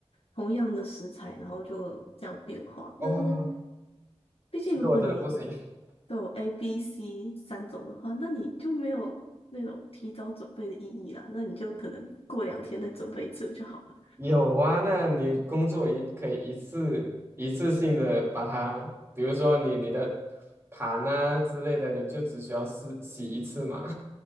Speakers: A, on the left; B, on the right.
A: 同样的食材，然后就这样变化，
B: 哇，
A: 但是。毕竟如果你
B: 这个我真的不行。
A: 都有 A、B、C 三种的话，那你就没有那种提早准备的意义啦。那你就可能过两天再准备一次不就好了？
B: 有啊，那你工作一可以一次一次性的把它，比如说你你的盘啊之类的，你就只需要洗洗一次嘛。